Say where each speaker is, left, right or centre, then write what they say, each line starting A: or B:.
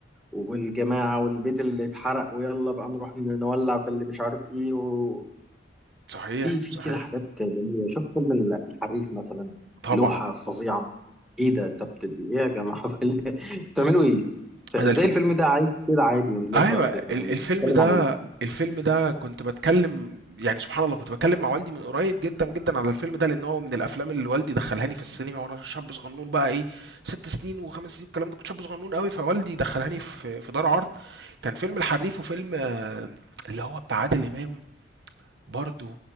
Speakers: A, in the centre; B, on the right.
A: والجماعة والبيت اللي اتحرق ويلا بقى نروح نولع في اللي مش عارف ايه وفي
B: صحيح
A: في
B: صحيح
A: كده حاجات جميلة شوف فيلم ال- الحريف مثلا
B: طبعا
A: لوحة فظيعة ايه ده انت بت... ايه يا جماعة في ال- <laughs> بتعملوا ايه فازاي
B: انا الف...
A: الفيلم ده عايش كده عادي والناس
B: أيوه،
A: ما بت...
B: ال
A: مش
B: الفيلم
A: بتتكلم
B: ده
A: عليه
B: الفيلم ده كنت باتكلم يعني سبحان الله كنت باتكلم مع والدي من قريب جدًا، جدًا على الفيلم ده، لأن هو من الأفلام اللي والدي دخّلهاني في السينما وأنا شاب صغنون بقى إيه 6 سنين و5 سنين والكلام ده، كنت شاب صغنون أوي، فوالدي دخّلهاني في في دار عرض، كان فيلم الحريف وفيلم آه، اللي هو بتاع عادل إمام برضه